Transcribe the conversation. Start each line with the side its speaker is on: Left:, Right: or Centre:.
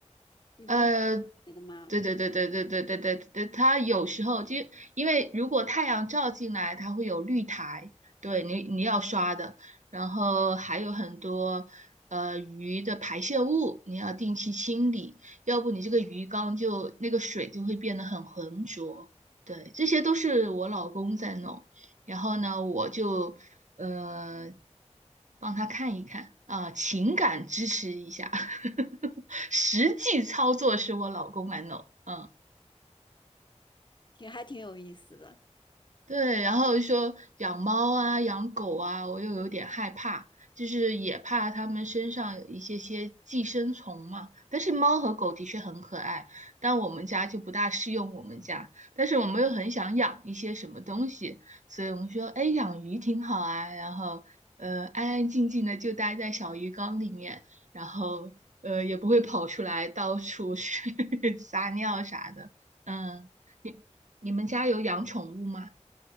Left: 你不用
Right: 呃，
Left: 别的吗？
Right: 对对对对对对对对对，它有时候就因为如果太阳照进来，它会有绿苔，对你你要刷的，然后还有很多呃鱼的排泄物，你要定期清理，要不你这个鱼缸就那个水就会变得很浑浊。对，这些都是我老公在弄，然后呢，我就呃帮他看一看啊、情感支持一下，<laughs> 实际操作是我老公来弄，嗯。
Left: 挺还挺有意思的。
Right: 对，然后说养猫啊、养狗啊，我又有点害怕，就是也怕它们身上有一些些寄生虫嘛。但是猫和狗的确很可爱，但我们家就不大适用我们家。但是我们又很想养一些什么东西，所以我们说，哎，养鱼挺好啊。然后，呃，安安静静的就待在小鱼缸里面，然后，呃，也不会跑出来到处去 <laughs> 撒尿啥的。嗯，你你们家有养宠物吗？